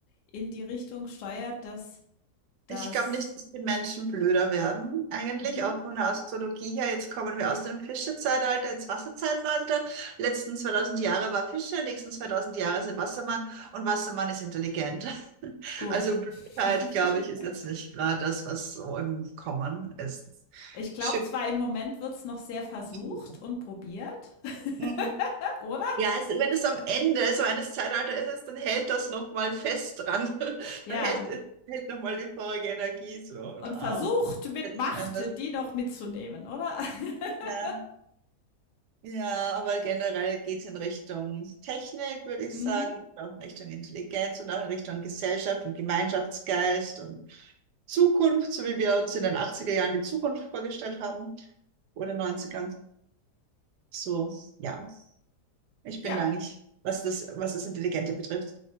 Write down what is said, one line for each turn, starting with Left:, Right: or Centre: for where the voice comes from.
Left: in die Richtung steuert, dass das
Right: Ich glaube nicht, dass die Menschen blöder werden, eigentlich,
Left: mhm,
Right: auch von der Astrologie her. Jetzt kommen wir aus dem Fischezeitalter ins Wasserzeitalter. Letzten 2000 Jahre war Fische, nächsten 2000 Jahre sind Wassermann und Wassermann ist intelligent. <laughs>
Left: gut.
Right: Also Blödheit,
Left: <laughs>
Right: glaube ich, ist jetzt nicht gerade das, was so im Kommen ist.
Left: Ich glaube
Right: Stimmt.
Left: zwar, im Moment wird's noch sehr versucht
Right: nicht so.
Left: und probiert,
Right: Mhm.
Left: <laughs> oder?
Right: Ja, es, wenn es am Ende so eines Zeitalters ist, dann hält das nochmal fest dran. <laughs>
Left: Ja,
Right: Dann hält, hält nochmal die vorige Energie so
Left: und
Right: da.
Left: versucht mit
Right: Letzten
Left: Macht
Right: Endes.
Left: die noch mitzunehmen, oder? <laughs>
Right: Ja, ja, aber generell geht es in Richtung Technik, würde ich
Left: Mhm,
Right: sagen, und auch in Richtung Intelligenz und auch in Richtung Gesellschaft und Gemeinschaftsgeist und Zukunft, so wie wir uns in den achtziger Jahren die Zukunft vorgestellt haben oder 90 So, ja. Ich bin
Left: ja.
Right: eigentlich, was das, was das Intelligente betrifft,